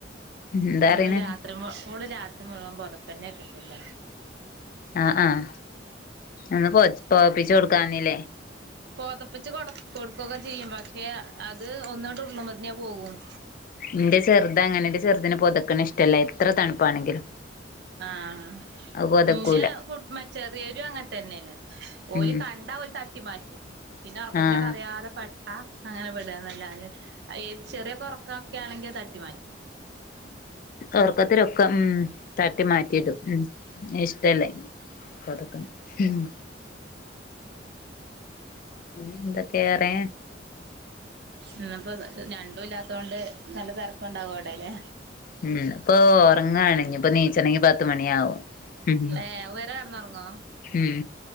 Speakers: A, on the left; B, on the right.
A: എന്താ
B: ഓള്
A: പറയണ്
B: രാത്രി മു ഓള് രാത്രി മുഴുവൻപോതപ്പന്നെ ഇട്ടിട്ടില്ല
A: ആഹ് ആഹ് അന്ന് പോ പോപ്പിച്ചു കൊടുക്കാന്നില്ലേ
B: പോതപ്പിച്ച് കൊട് കൊടുക്കുകൊക്കെ ചെയ്യും പക്ഷെ അത് ഒന്നുരുളുമ്പത്തിന് അത് പോകും
A: ന്റെ ചെറുത് അങ്ങനെന്റ ചെറുതിന് പൊതക്ണെ ഇഷ്ടല്ല എത്ര തണുപ്പാണെങ്കിലും
B: ആഹാ
A: അത് പൊതക്കൂല
B: ഇന്റെ കുട്ട്മ ചെറിയരും അങ്ങനെ തന്നെണ് ഓല്
A: ഉം
B: കണ്ടാ ഓല് തട്ടി മാറ്റും പിന്നെ ഒർക്കത്തിലോക്കെ
A: ആഹ്
B: അറിതെ പ അഹ് അങ്ങനെ വിട് ന്നല്ലാതെ ഏത് ചെറിയ ഒറക്കൊക്കെ ആണെങ്കി അത് തട്ടി മാറ്റും
A: ഒർക്കത്തിലൊക്കെ ഉം തട്ടി മാറ്റിടും. ഉം ഇഷ്ടല്ലേയ്ന്. പൊതക്കണം ഉം. പിന്നെന്തക്കെ വേറെ.
B: ഇന്ന്പ്പോ രണ്ടൂ ല്ലാത്തൊണ്ട് നല്ല തിരക്കുണ്ടാവേലെ അവടല്ലെ.
A: ഉം ഇന്ന്പ്പോ ഉറങ്ങാണ്. ഇഞ്ഞിപ്പോ നീച്ചണെങ്കി പത്ത് മണിയാവും. ഹും
B: ഏഹ് ഇവരെ കെടന്നുറങ്ങോ
A: ഉം